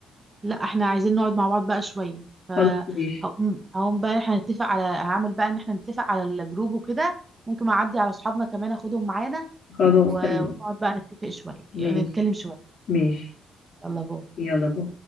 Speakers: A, on the right (about 25°); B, on the left (about 55°).
A: لا احنا عايزين نقعد مع بعض بقى شوية فهقوم
B: خلاص ماشي
A: هقوم بقى احنا نتفق على هعمل بقى ان احنا نتفق على الجروب وكده ممكن اعدي على اصحابنا كمان اخدهم معانا
B: خلاص
A: و-
B: تمام
A: ونقعد بقى نتفق شوية
B: ماشي
A: نتكلم شوية
B: ماشي
A: يلا باي
B: يلا باي